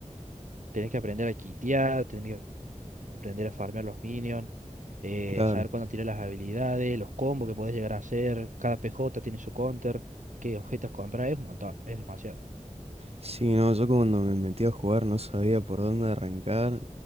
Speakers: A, on the right; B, on the right.
A: Tenés que aprender a kitear, tenés que aprender a farmear los minions, eh,
B: claro.
A: saber cuándo tirar las habilidades, los combos que podés llegar a hacer, cada PJ tiene su counter, qué objetos comprar, es un montón, es demasiado.
B: Sí, no, yo cuando me metí a jugar no sabía por dónde arrancar